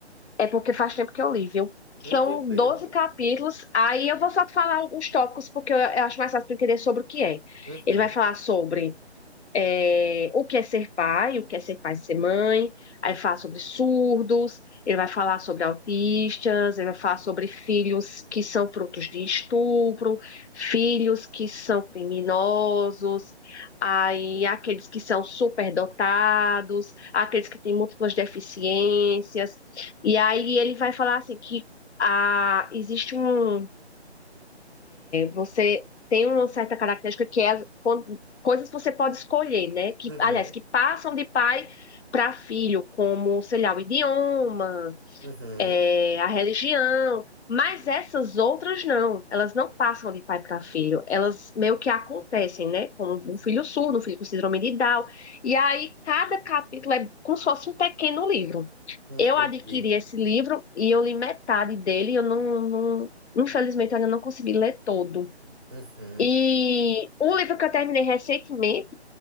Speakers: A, on the left (about 75°); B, on the right (about 20°).
A: É porque faz tempo que eu li, viu? São
B: Hum, tranquilo.
A: 12 capítulos. Aí eu vou só te falar alguns tópicos, porque eu eu acho mais fácil para entender sobre o que é.
B: Uhum.
A: Ele vai falar sobre é, o que é ser pai, o que é ser pai e ser mãe, aí
B: hum,
A: fala sobre surdos, ele vai falar sobre autistas, ele vai falar sobre filhos que são frutos de estupro, filhos que são criminosos, aí aqueles que são superdotados, aqueles que têm múltiplas deficiências, e aí ele vai falar assim que ah, existe um, você tem uma certa característica que é as- quando- coisas que você pode escolher, né? Que,
B: Uhum.
A: aliás, que passam de pai para filho, como, sei lá, o idioma,
B: Uhum.
A: é, a religião. Mas essas outras não, elas não passam de pai para filho, elas meio que acontecem, né? Como
B: Uhum.
A: um filho surdo, um filho com síndrome de Down. E aí cada capítulo é como se fosse um pequeno livro.
B: Entendi.
A: Eu adquiri esse livro e eu li metade dele, eu não, não- infelizmente eu ainda não consegui ler todo.
B: Uhum.
A: E um livro que eu terminei recentemente,